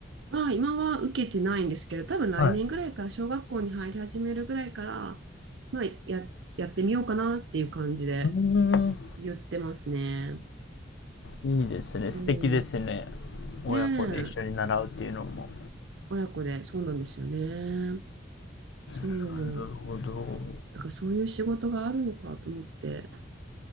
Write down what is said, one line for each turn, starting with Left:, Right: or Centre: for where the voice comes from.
Right: は、今は受けてないんですけど、多分来年ぐらいから小学校に入り始めるぐらいから、
Left: はい。
Right: まあ、や、やってみようかなっていう感じで
Left: うーん、
Right: 言ってますね。
Left: いいですね。
Right: そ
Left: 素敵ですね。親子で一緒に習うっていうのも。
Right: う。ねえ、親子で、そうなんですよね。そう。
Left: なるほど。
Right: なんかそういう仕事があるのかと思って。